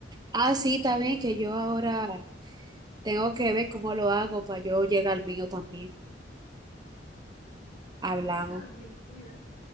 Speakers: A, on the right (about 20°); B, on the left (about 40°).
A: Ah, sí, también que yo ahora tengo que ver cómo lo hago para yo llegar al mío también. Hablamos.
B: Está bien, cuídate.